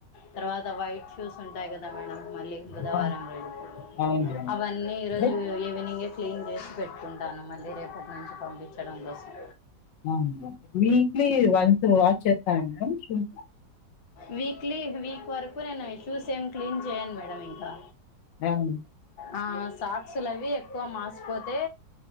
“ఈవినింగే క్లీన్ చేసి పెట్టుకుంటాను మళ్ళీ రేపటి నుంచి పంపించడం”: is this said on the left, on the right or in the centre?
Left